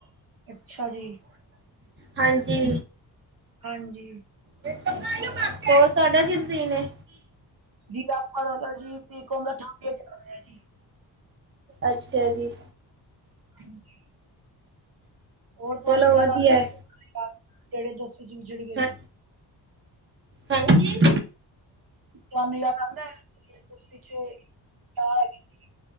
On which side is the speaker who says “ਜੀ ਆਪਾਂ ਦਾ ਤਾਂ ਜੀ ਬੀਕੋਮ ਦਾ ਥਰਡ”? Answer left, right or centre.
Right